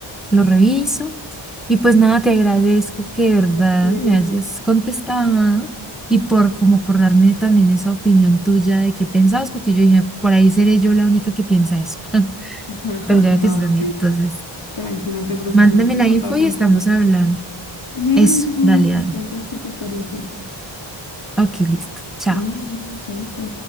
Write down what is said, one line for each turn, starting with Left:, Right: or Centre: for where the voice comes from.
Centre: lo reviso. Y pues nada, te agradezco que de verdad
Left: Haz <laughs> tu veredicto.
Centre: me hayas contestado y por como por darme también esa opinión tuya de qué pensabas, porque yo dije, por ahí seré yo la única que piensa eso. <laughs>
Left: <laughs>
Centre: Pero ya veo
Left: No,
Centre: que sí también.
Left: sí.
Centre: Entonces,
Left: Tranqui, no te preocupes,
Centre: mándame
Left: ya te
Centre: la
Left: lo
Centre: info
Left: paso
Centre: y
Left: entonces.
Centre: estamos hablando.
Left: Bueno,
Centre: Eso, dale,
Left: me
Centre: dale.
Left: cuentas qué te parece.
Centre: Ok, listo. Chao.
Left: Neni, chaito.